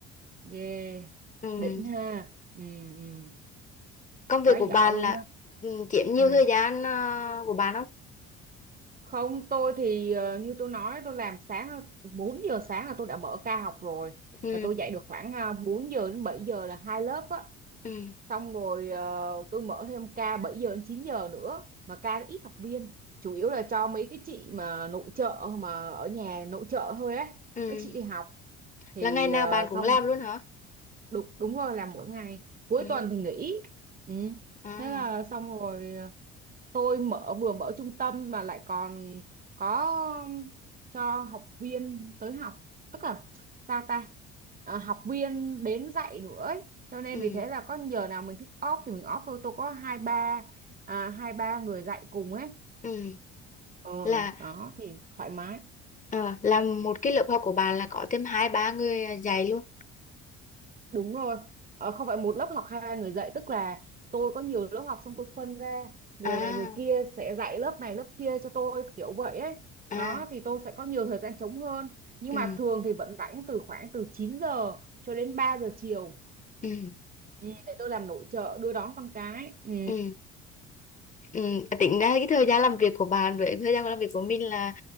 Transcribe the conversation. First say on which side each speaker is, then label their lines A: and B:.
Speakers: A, on the right; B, on the left.
A: yeah
B: ừ.
A: đỉnh ha ừ, ừ.
B: công việc
A: quá
B: của
A: giỏi
B: bạn
A: luôn
B: là
A: á
B: ừ, chiếm nhiều
A: ừ.
B: thời gian à, của bạn không
A: không tôi thì ờ, như tôi nói tôi làm sáng 4 giờ sáng là tôi đã mở ca học rồi
B: ừ.
A: là tôi dạy được khoảng ờ, 4 giờ đến 7 giờ là hai lớp á
B: Ừ.
A: xong rồi ờ, tôi mở thêm ca 7 giờ đến 9 giờ nữa mà ca nó ít học viên chủ yếu là cho mấy cái chị mà nội trợ mà ở nhà nội trợ thôi ấy
B: Ừ.
A: mấy chị đi học thì
B: là ngày nào
A: ờ,
B: bạn cũng
A: xong
B: làm luôn hả
A: đúng đúng rồi là mỗi ngày cuối
B: ừ.
A: tuần thì nghỉ ừ.
B: À.
A: thế là xong rồi ờ, tôi mở vừa mở trung tâm mà lại còn có cho học viên tới học tức là sao ta Ờ, học viên đến dạy nữa ấy. cho nên
B: Ừ.
A: vì thế là có giờ nào mình thích off thì mình off thôi tôi có hai ba à, hai ba người dạy cùng ấy
B: Ừ.
A: ờ
B: là
A: đó thì thoải mái
B: ờ, làm một cái lớp học của bạn là có thêm hai ba người à, dạy luôn
A: Đúng rồi, ờ, không phải một lớp học hai người dạy tức là tôi có nhiều lớp học xong tôi phân ra người
B: à
A: này người kia sẽ dạy lớp này lớp kia cho tôi kiểu vậy ấy.
B: à
A: Đó thì tôi sẽ có nhiều thời gian trống hơn nhưng
B: ừ.
A: mà thường thì vẫn rảnh từ khoảng từ 9 giờ cho đến 3 giờ chiều
B: Ừ.
A: ừ, để tôi làm nội trợ đưa đón con cái ừ,
B: Ừ. Ừ, tính ra cái thời gian làm việc của bạn với thời gian làm việc của mình là